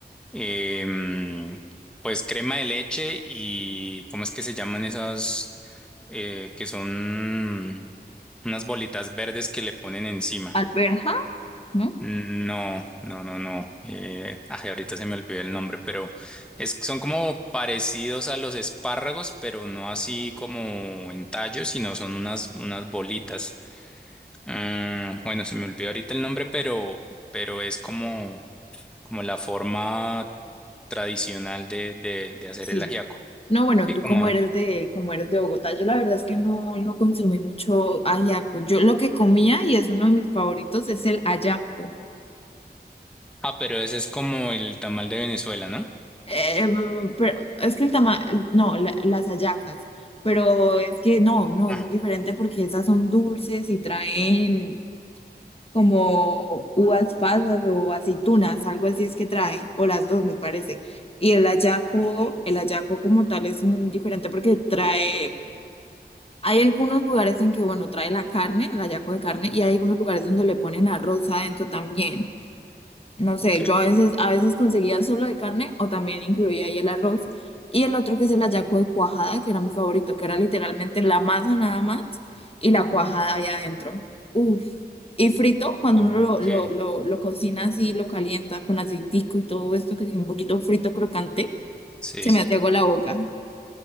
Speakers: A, in the centre; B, on the left.
A: eh, mm, pues crema de leche y, ¿cómo es que se llaman esas? eh, que son unas bolitas verdes que le ponen encima.
B: Alberja, ¿no?
A: No, no, no, no. Eh, ay, ahorita se me olvidó el nombre, pero es, son como parecidos a los espárragos, pero no así como en tallos, sino son unas, unas bolitas. Mm, bueno, se me olvidó ahorita el nombre, pero, pero es como, como la forma tradicional de, de, de hacer
B: Sí.
A: el ajiaco.
B: No, bueno,
A: Sí,
B: tú
A: como.
B: como eres de, como eres de Bogotá, yo la verdad es que no, no consumí mucho ajiaco. Yo lo que comía, y es uno de mis favoritos, es el ayaco.
A: Ah, pero ese es como el tamal de Venezuela, ¿no?
B: Eh, pero es que el tama, no, la- las hallacas. Pero es que no, no,
A: Ah,
B: es muy diferente porque esas son dulces y traen, como uvas pasas o aceitunas, algo así es que trae, o las dos me parece. Y el hallaco, el hallaco como tal es muy diferente porque trae, hay algunos lugares en que, bueno, trae la carne, el hallaco de carne, y hay algunos lugares donde le ponen arroz adentro también no
A: ok.
B: sé, yo a veces, a veces conseguía solo de carne o también incluía ahí el arroz. Y el otro que es el hallaco de cuajada, que era mi favorito, que era literalmente la masa nada más y la cuajada ahí adentro. Uf. Y frito, cuando
A: Ok.
B: uno lo, lo, lo, lo cocina así, lo calienta con aceitico y todo esto, que es un poquito frito crocante,
A: Sí.
B: se me hace agua la boca.